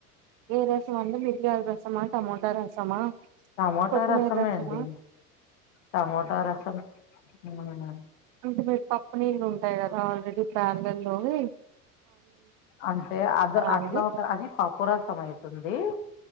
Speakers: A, on the right (about 40°); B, on the left (about 55°).
A: ఏ రసం అండి మిర్యాల్ రసమా టమోటా రసమా
B: టమోటా
A: కోతుమీర్
B: రసమే
A: ఏసినా
B: అండి టమోటా రసం ఊ
A: ఇవి పప్పు నీళ్ళు ఉంటాయి కదా ఆల్రెడీ పాన్లల్లోవి
B: అంటే అద అట్లా
A: అండి
B: ఒక అది పప్పురసం అయితుంది